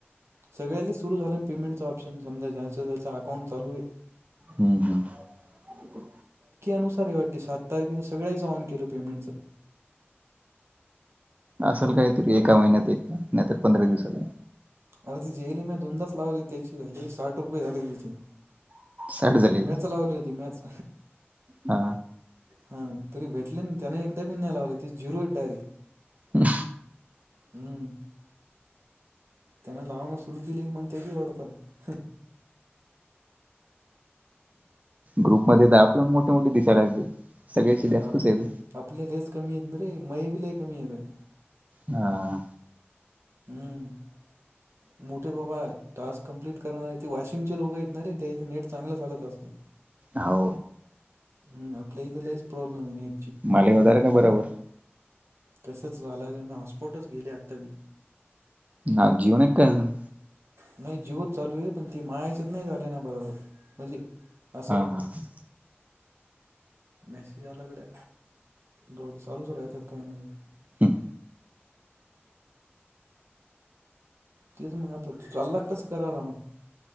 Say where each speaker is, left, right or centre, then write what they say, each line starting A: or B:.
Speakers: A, on the right (about 80°); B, on the right (about 35°).
A: सगळ्या सुरू झाल्याने पेमेंटच, ऑप्शन समजा ज्यांच ज्यांच अकाउंट चालू आहे.
B: हम्म हम्म.
A: नुसार हे वाटते सात तारखे, सगळ्याच ऑन केलं पेमेंटच.
B: असल काय तुरी एका महिन्यात, एक नाहीतर पंधरा दिवसले.
A: अर ती जेली मी दोनदाास, लावली त्याची झाली. साठ रुपये झाले, तिची
B: साठ झाले
A: मॅच लावली होती मॅच
B: हा
A: हा तरी भेटले त्यांना एकदा बिन्याय, लावले ते ज झिरो आहेत डायरेक्ट.
B: हम.
A: हम्म. त्याना लावणं सुरू केली की मग ते की आवडतात
B: ग्रुप मध्ये द आपल्या मोठे मोठे दिसायला लागले सगळ्याचे जास्तच
A: आप
B: आहेत.
A: आपले लच कमी येत ना रे मय ब लय कमी येत आहे
B: हा
A: हम्म मोठे बाबा टास्क कंप्लीट करणारे ते वाशिमचे लोक येतणार रे त्याच नेट चांगलं चालत असाल
B: हो
A: हम् आपल्या इलाच प्रॉब्लेम आहे
B: मालिक होताार का बरोबर
A: कसच झालं मी, हॉस्पॉटच गेले आता बी
B: ना जीवन एक कायजन,
A: नाही जीवत चालू आहे. पण ते माझ्या हेचात, नाही चाले ना बरोबर म्हणजे. असं
B: हा हा ह.
A: मेसेज आल्याकडे जोड, चालूच राहायतात काय म्हजे
B: हम्म.
A: तेच मग आता, चालला कसं कराला मग.